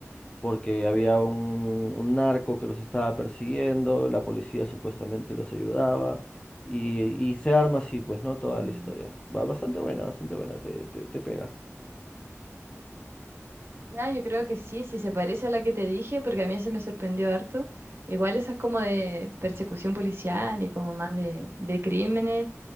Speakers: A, on the left (about 20°); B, on the right (about 50°).
A: porque había un, un narco que los estaba persiguiendo, la policía supuestamente los ayudaba y, y se arma así, pues, ¿no? Toda
B: ujú.
A: la historia. Va bastante buena, bastante buena, te, te, te pega.
B: Ya, yo creo que sí, si se parece a la que te dije, porque a mí se me sorprendió harto. Igual esas como de persecución policial y como más de, de crímenes,